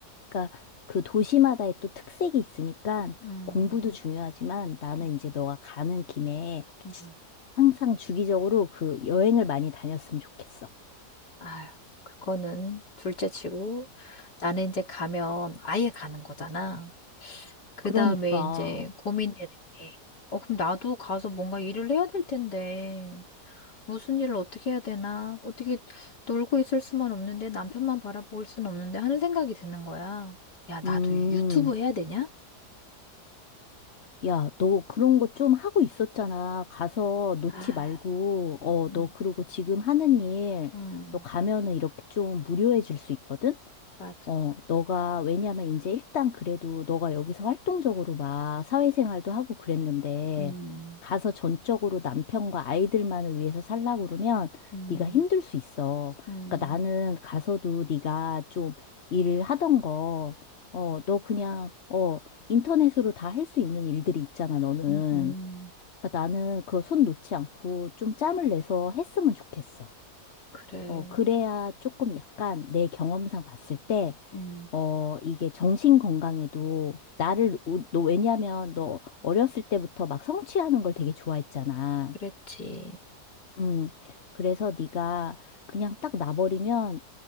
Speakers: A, on the left; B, on the left.
A: 그러니까 그 도시마다의 또 특색이 있으니까
B: 음,
A: 공부도 중요하지만 나는
B: 음,
A: 이제 너가 가는 김에
B: 음.
A: 항상 주기적으로 그 여행을 많이 다녔으면 좋겠어.
B: 아유, 그거는 둘째 치고 나는 이제 가면 아예 가는 거잖아. 그
A: 그러니까
B: 다음에 이제 고민되는 게, 어, 그럼 나도 가서 뭔가 일을 해야 될 텐데. 무슨 일을 어떻게 해야 되나? 어떻게 놀고 있을 수만 없는데 남편만 바라보고 수는 없는데 하는 생각이 드는 거야. 야, 나도
A: 음.
B: 유튜브 해야 되냐?
A: 야, 너 그런 거 좀 하고 있었잖아. 가서 놓지
B: 아,
A: 말고, 어,
B: 음,
A: 너 그리고 지금 하는 일,
B: 음,
A: 너 가면은 이렇게 좀 무료해 줄 수 있거든?
B: 맞아.
A: 어, 너가, 왜냐면 이제 일단 그래도 너가 여기서 활동적으로 막 사회생활도 하고 그랬는데,
B: 음,
A: 가서 전적으로 남편과 아이들만을 위해서 살라고 그러면
B: 음,
A: 네가 힘들 수 있어.
B: 음,
A: 그러니까 나는 가서도 네가 좀 일하던 거, 어, 너 그냥, 어, 인터넷으로 다 할 수 있는 일들이 있잖아, 너는.
B: 음, 음.
A: 그러니까 나는 그거 손 놓지 않고 좀 짬을 내서 했으면 좋겠어.
B: 그래.
A: 어, 그래야 조금 약간 내 경험상 봤을 때
B: 음,
A: 어, 이게 정신 건강에도 나를, 우- 너 왜냐면 너 어렸을 때부터 막 성취하는 걸 되게 좋아했잖아.
B: 그랬지.
A: 음, 그래서 네가 그냥 딱 놔버리면